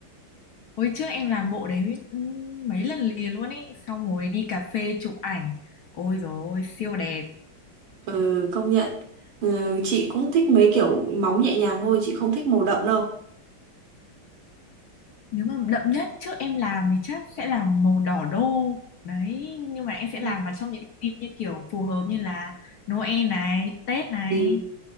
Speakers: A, on the left; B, on the right.
A: Hồi trước em làm bộ đấy ừm, mấy lần liền luôn ấy, xong rồi đi cà phê chụp ảnh. Ôi dồi ôi, siêu đẹp.
B: Ừ, công nhận. Ừ, chị cũng thích mấy kiểu móng nhẹ nhàng thôi, chị không thích màu đậm đâu.
A: Nếu mà đậm nhất trước em làm thì chắc sẽ là màu đỏ đô. Đấy, nhưng mà em sẽ
B: Ừ.
A: làm vào trong những dịp như kiểu phù hợp như là Noel này, Tết này.
B: Ừ,